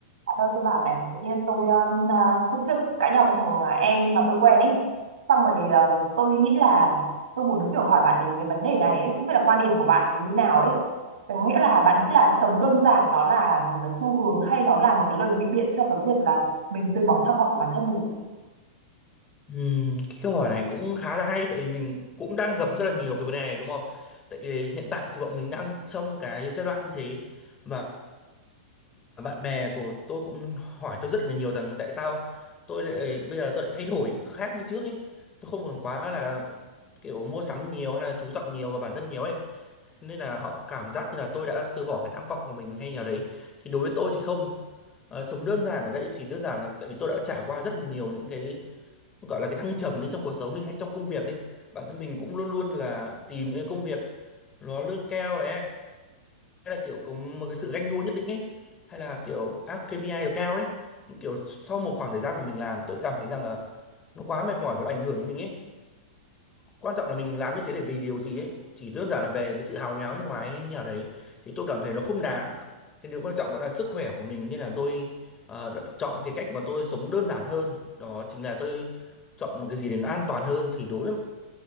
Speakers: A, on the right (about 90°); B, on the left (about 20°).
A: Dạ đâu tôi bảo này tự nhiên tôi um, à, hôm trước cãi nhau với thằng à, em mà tôi quen ấy xong rồi à, tôi nghĩ là tôi muốn kiểu hỏi bạn ấy về vấn đề này ấy. Không biết là quan điểm của bạn thì như nào ấy có nghĩa là bạn nghĩ là sống đơn giản đó là một cái xu hướng hay nó là một cái lời ngụy biện cho cái việc là mình từ bỏ tham vọng của bản thân mình
B: Ừm, cái câu hỏi này cũng khá là hay tại vì mình cũng đang gặp rất là nhiều cái vấn đề này đúng không? Tại vì hiện tại thì bọn mình đang trong cái giai đoạn như thế và bạn bè của tôi cũng hỏi tôi rất là nhiều rằng tại sao tôi lại bây giờ tôi lại thay đổi khác như trước ấy. Tôi không còn quá là kiểu mua sắm nhiều hay là chú trọng nhiều vào bản thân nhiều ấy nên là họ cảm giác như là tôi đã từ bỏ cái tham vọng của mình hay nào đấy thì đối với tôi thì không Ờ, sống đơn giản ở đây chỉ đơn giản là tại vì tôi đã trải qua rất là nhiều những cái gọi là cái thăng trầm đi trong cuộc sống đi hay trong công việc đi bản thân mình cũng luôn luôn là tìm những cái công việc nó lương cao này hay là kiểu có một cái sự ganh đua nhất định ấy hay là kiểu áp KPI được cao ấy kiểu sau một khoảng thời gian mà mình làm tôi cảm thấy rằng là nó quá mệt mỏi và nó ảnh hưởng đến mình ấy quan trọng là mình làm như thế để vì điều gì ấy chỉ đơn giản là về cái sự hào nhoáng bên ngoài ấy, như nào đấy thì tôi cảm thấy nó không đáng cái điều quan trọng vẫn là sức khỏe của mình nên là tôi ờ, đã chọn cái cách mà tôi sống đơn giản hơn đó chính là tôi chọn một cái gì để nó an toàn hơn thì đối với